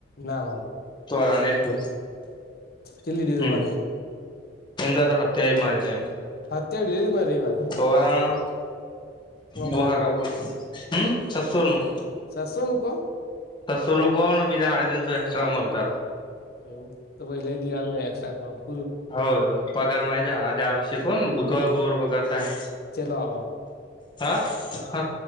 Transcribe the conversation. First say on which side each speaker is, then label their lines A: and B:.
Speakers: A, on the left (about 55°); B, on the left (about 25°).
A: ના હોય
B: તોને જ
A: કેટલી ડેરી
B: હમ
A: મારી
B: એ હ હત્યાય મારીને
A: હ હત્યા વિ એ મારે મારે
B: કોરાણ બુહા
A: કરી દઉં
B: કાબુલ હમ સસુર નું
A: શશો ન ક
B: તો સુલું કોણ બીજા સાડ તીનસો એક્સ્ટ્રા મળત
A: એવું તો પછી લઈ જ લેવાનું એા
B: હ પગારમાં આજે આવશ્યક કોન બુધવા ગુરુવાર પગાર થાય
A: ચલો આવ
B: હા હ